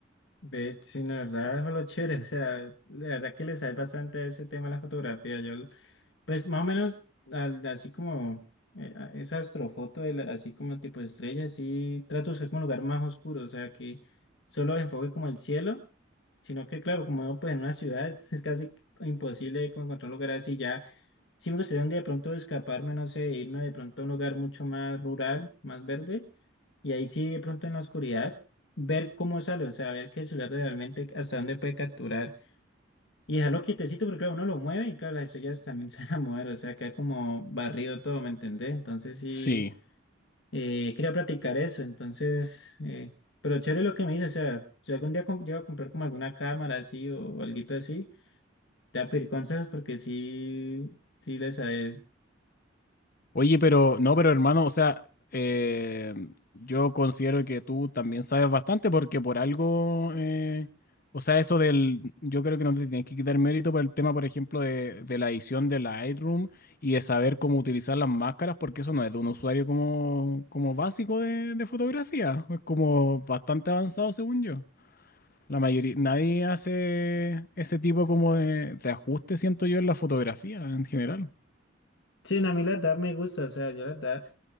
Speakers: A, on the left; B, on the left.
A: De sí, la verdad es lo chévere, o sea, la verdad que les sabe bastante a ese tema de la fotografía. Yo, pues más o menos, al- así como eh, a- esa astrofoto, de la- así como tipo estrella, sí trato de usar como un lugar más oscuro, o sea, que solo enfoque como el cielo, sino que claro, como vivo, pues en una ciudad <laughs> es casi imposible como encontrar un lugar así ya. Sí me gustaría un día de pronto escaparme, no sé, irme de pronto a un lugar mucho más rural, más verde, y ahí sí de pronto en la oscuridad ver cómo sale, o sea, ver que el celular realmente hasta dónde puede capturar y dejarlo quietecito porque claro, uno lo mueve y claro, las estrellas también <laughs> se van a mover, o sea, queda como barrido todo, ¿me entendés? Entonces sí,
B: Sí.
A: eh, quería practicar eso, entonces, eh, pero chévere lo que me dice, o sea, si algún día com- llego a comprar como alguna cámara así o alguito así, te voy a pedir consejos porque sí, sí les sabes.
B: Oye, pero no, pero hermano, o sea, eh, yo considero que tú también sabes bastante porque por algo, eh, o sea, eso del, yo creo que no te tienes que quitar mérito por el tema, por ejemplo, de, de la edición de Lightroom y de saber cómo utilizar las máscaras, porque eso no es de un usuario como, como básico de, de fotografía, es como bastante avanzado según yo. La mayoría, nadie hace ese tipo como de, de ajuste, siento yo, en la fotografía en general.
A: Sí, no, a mí la verdad me gusta, o sea, yo la verdad.